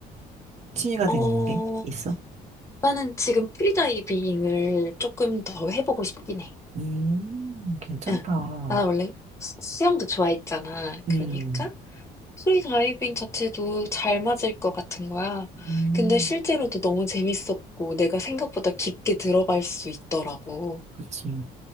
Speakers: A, on the right; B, on the left.
A: 취미가
B: 어,
A: 된 게 있어?
B: 나는 지금 프리다이빙을 조금 더 해보고 싶긴 해.
A: 음, 괜찮다.
B: 응. 나 원래 수- 수영도 좋아했잖아. 그러니까
A: 음,
B: 프리다이빙 자체도 잘 맞을 것 같은 거야.
A: 음,
B: 근데 실제로도 너무 재밌었고, 내가 생각보다 깊게 들어갈 수 있더라고.
A: 그치.